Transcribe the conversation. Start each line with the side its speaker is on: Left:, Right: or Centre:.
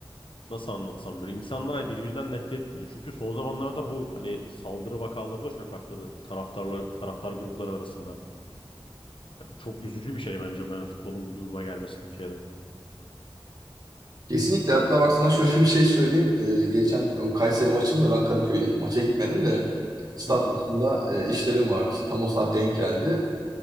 Left: nasıl anlatsam böyle insanlar hani, birbirinden nefret etmiyordu. Çünkü son zamanlarda bu hani saldırı vakaları da çok arttı taraftarlar taraftar grupları arasında. Çok üzücü bir şey bence böyle futbolun bu duruma gelmesi Türkiye'de.
Right: kesinlikle hatta bak sana <laughs> şöyle bir şey söyleyeyim. Ee, geçen o Kayseri maçında ben Kadıköy'deydim. Maça gitmedim de stat
Left: Hı hı.
Right: maçında e, işlerim vardı. İşte tam o saat denk geldi.